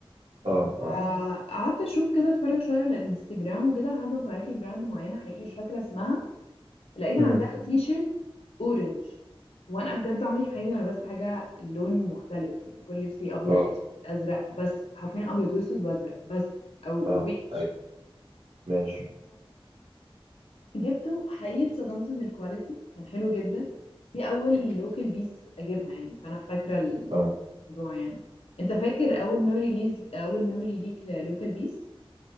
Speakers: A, on the right (about 80°); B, on the left (about 85°).
A: اه اه
B: آه، قعدت اشوف كده اتفرج شويه على الانستجرام وكده لحد ما طلعت لي براند معينه حقيقي مش فاكره اسمها لقيت عندها
A: امم
B: تي شيرت اورنج وانا بجد عمري في حياتي ما لبست حاجه لون مختلف يعني كل لبسي ابيض
A: اه
B: اسود ازرق بس حرفيا ابيض واسود وازرق بس او
A: اه
B: وبيج
A: ايوه ماشي
B: جبته حقيقي اتصدمت من الكواليتي كان حلو جدا دي اول
A: امم.
B: لوكال بيس اجيبها يعني فانا فاكره الموضوع
A: اه
B: يعني انت فاكر اول ميموري ليز اول ميموري ليك للوكال بيس